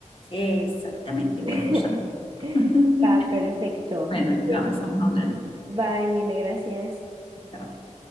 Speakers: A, on the left (about 45°); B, on the right (about 35°).
A: Exactamente. Exactamente, bueno,
B: <laughs>
A: Sam. <laughs>
B: Va, perfecto.
A: Bueno,
B: Muy
A: chao,
B: bien.
A: estamos hablando.
B: Bye, mil gracias.
A: Chao.